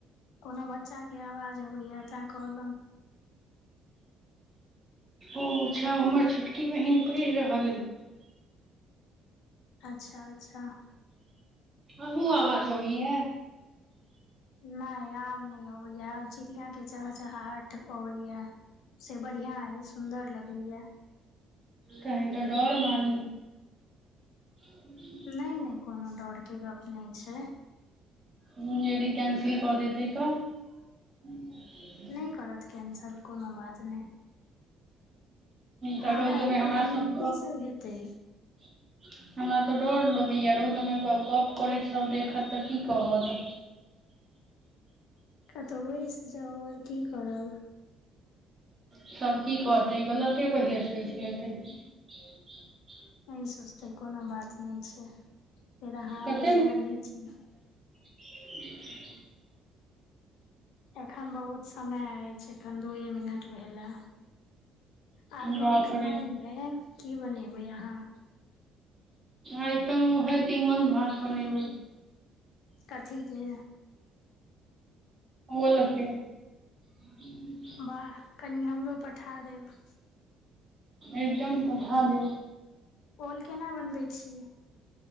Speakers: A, on the left (about 70°); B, on the right (about 35°).
A: कोनो बच्चाके आवाज अबैया तैं कहलहुँ
B: ओ अच्छा ओ हमर छोटकी बहिन पढ़ि रहल अय
A: अच्छा अच्छा
B: आबो आवाज अबैये
A: नहि आब नहि अबैये आब चिड़िया के चह चहाहट अबैये से बढ़ियाँ अय सुंदर लगैये
B: तहन तऽ डर मानी <inaudible>
A: नहि नहि कोनो डर के गप नहि छै
B: हम्म यदि कैंसिल कऽ देतै तऽ <inaudible>
A: नहि करत कैंसल कोनो बात नहि
B: तऽ
A: आर
B: रौद
A: आइ
B: मे
A: भरि
B: हमरा
A: दिनमे
B: सब
A: की सब हेतै
B: <inaudible> हमरा तऽ डर लगैए रौदमे गप्प करैत सभ देखत तऽ की कहत
A: कतौ बैसि जाऊ आओर की करब
B: सभ की कहतै गलते पहिले सोचि लेतै <inaudible>
A: नहि सोचतै कोनो बात नहि छै फेर अहाँ
B: कते
A: आबि जायब नीचे न
B: <inaudible>
A: एखन बहुत समय अछि छै एखन दूए मिनट भेले आर
B: बाप
A: कहू खेनाइ
B: रे
A: मे की बनेबै अहाँ
B: आइ तम उएहे तीमन भात बनेबै
A: कथीेके
B: ओल के <inaudible>
A: बाह कनी हमरो पठा देब
B: एकदम पठा देब
A: ओल केना बनबै छी